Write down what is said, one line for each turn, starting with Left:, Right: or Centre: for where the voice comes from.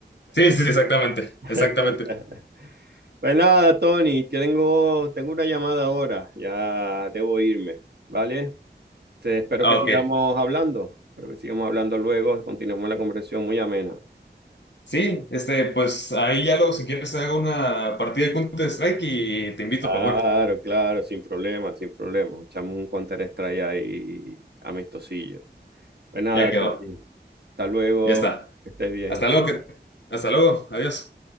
Left: Sí, sí, exactamente,
Right: <laughs>
Left: exactamente.
Right: Pues nada, Tony, que tengo, tengo una llamada ahora, ya debo irme, ¿vale? Te- espero
Left: Ah,
Right: que sigamos
Left: ok.
Right: hablando, espero que sigamos hablando luego, continuemos la conversación muy amena.
Left: Sí, este, pues ahí ya luego si quieres hago una partida de Counter Strike y te invito
Right: Claro,
Left: para jugar.
Right: claro, sin problema, sin problema. Echamos un counter strike ahí amistosillo. Pues nada,
Left: Ya
Right: Tony,
Left: quedó,
Right: hasta luego,
Left: ya está.
Right: que estés bien.
Left: Hasta luego, que, hasta luego, adiós.